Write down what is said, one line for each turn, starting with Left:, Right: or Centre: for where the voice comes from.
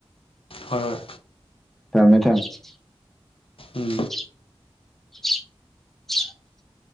Left: ꯍꯣꯏ ꯍꯣꯏ
Centre: ꯊꯝꯃꯦ ꯊꯃꯦ
Left: ꯎꯝ
Centre: ꯑꯟꯏꯟꯇꯦꯜꯂꯤꯖꯦꯕꯜ